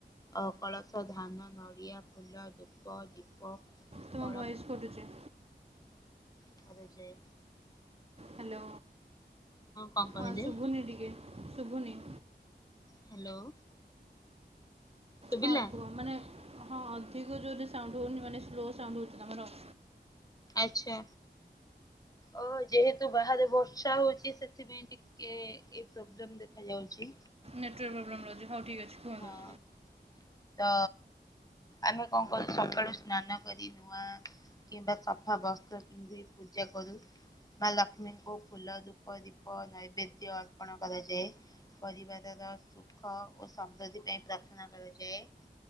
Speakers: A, on the left; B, on the right.
A: ଅ କଳସ ଧାନ ନଡିଆ ଫୁଲ ଧୂପ ଦୀପ
B: ତୁମ
A: ଫଳ
B: ଭଏସ୍ କଟୁଚି।
A: <unintelligible> ଯାଏ
B: ହାଲୋ
A: କଣ କହିଲେ?
B: ହଁ ଶୁଭୁନି ଟିକେ ଶୁଭୁନି।
A: ହ୍ୟାଲୋ। ଶୁଭିଲା
B: ହଁ କୁହ ମାନେ ହଁ ଅଧିକ ଜୋରରେ ସାଉଣ୍ଟୁ ହଉନି ମାନେ ସ୍ଲୋ ସାଉଣ୍ଡୁ ହଉଛି ତମର।
A: ଆଛା ଓ ଯେହେତୁ ବାହାରେ ବର୍ଛା ହଉଛି ସେଥିପେଇଁ ଟିକେ ଏ ପ୍ରୋବ୍ଲେମ ଦେଖାଯାଉଛି।
B: ନେଟୱର୍କ ପ୍ରୋବ୍ଲେମ୍ ରହୁଚି ହଉ ଠିକ୍ ଅଛି କୁହନ୍ତୁ।
A: ହଁ ତ ଆମେ କଁ କରୁ ସକାଳୁ ସ୍ନାନ କରି ନୂଆ କିମ୍ବା ସଫା ବସ୍ତ୍ର ପିନ୍ଧି ପୂଜା କରୁ। ମା ଲକ୍ଷ୍ମୀଙ୍କୁ ଫୁଲ ଧୂପ ଦୀପ ନୈବେଦ୍ୟ ଅର୍ପଣ କରାଯାଏ। ପରିବାରର ସୁଖ ଓ ସମୃଦ୍ଧି ପାଇଁ ପ୍ରାର୍ଥନା କରାଯାଏ।